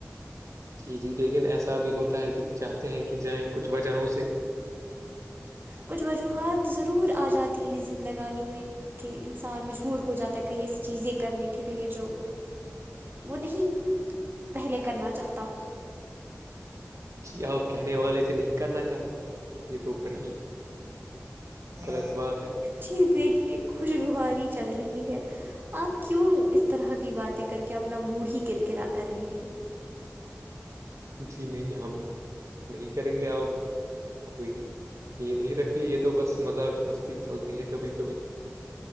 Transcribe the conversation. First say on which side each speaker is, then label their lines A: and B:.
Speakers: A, on the right; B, on the right.
A: جی جی لیکن ایسا بھی ہوتا ہے کہ چاہتے ہیں کہ جائیں کچھ وجہوں سے-
B: کچھ وجوہات ضرور آ جاتی ہیں زندگانی میں کہ انسان مجبور ہو جاتا ہے کہئی ایسی چیزیں کرنے کے لئے جو وہ نہیں پہلے کرنا چاہتا
A: جی آب کہنے والے تھے نہیں کرنا چاہتا یہ تو پڑی غلط بات ہے
B: چیز دیکھیے خوشگواری چل رہی ہے آپ کیوں اس طرح کی بات کر کے اپنا موڈ ہی کررکرا کر رہے ہیں
A: جی نہیں ہم نہیں کریں گے آپ کوئی یہ نہیں رکھی یہ تو بس مذاق مستی چلتی ہے کبھی کبھی